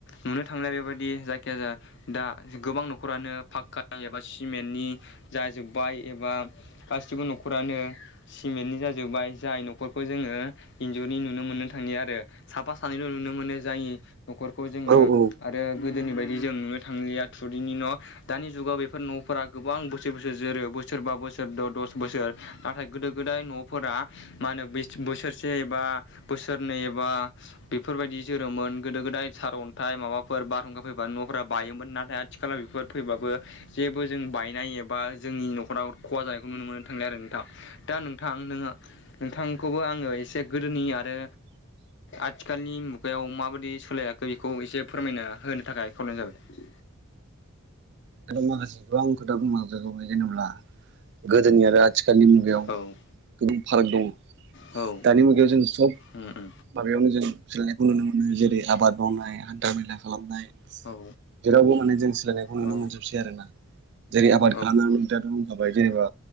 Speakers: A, on the left; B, on the right.
A: नुनो थांनाय बेबायाददि जायखियाजाया दा गोबां न'खरानो फाखका एबा सिमेन्टनि जाजोब्बाय एबा गासिबो न'खरानो सिमेन्टनि जाजोब्बाय जाय न'खरखौ जोङो इन्जुरनि नुनो मोननो थांलिया आरो। साफा सानैल' नुनो मोनो जाय न'खरखौ जोङो
B: औ औ
A: आरो गोदोनि बायदि जों नुनो थांलिया थुरिनि न' दानि जुगाव बेफोर न'फोरा गोबां बोसोर बोसोर जोरो बोसोरबा बोसोर द' दस बोसोर नाथाय गोदो गोदाय न'फोरा मा होनो बोसोरसे एबा बोसोरनै एबा बेफोरबायदि जोरोमोन गोदो गोदाय सारअन्थाइ माबाफोर बारहुंखा फैबानो न'फोरा बायोमोन नाथाय आ खाथिलाव बेफोर फैबाबो जेबो जों बायनाय एबा जोंनि न'खराव खहा जानाय नुनो मोननो थांनाय आरो नोंथां दा नोंथां नोङो नोंथांखौबो आङो एसे गोदोनि आरो
B: <inaudible>
A: आथिखालनि मुगायाव माबायदि सोलायाखै बेखौ एसे फोरमायना होनो थाखाय खावलायनाय जाबाय।
B: ए दा माखासे गोबां खोथा बुंलां जागाबाय जेनेबा गोदोनि आरो आ थिखालनि मुगायाव
A: उम औ
B: गोबां फाराग दङ
A: औ
B: दानि मुगायाव जों सब
A: उम
B: माबायावनो जों सोलायनायखौ नुनो मोनो जेरै आबाद मावनाय हान्था मेला खालामनाय
A: औ
B: जेरावबो जों सोलोंनायखौ नुनो
A: औ
B: मोनजोबसै आरो ना जेरै आबाद
A: औ
B: खालामनानैाथ' बुंखाबाय जेनेबा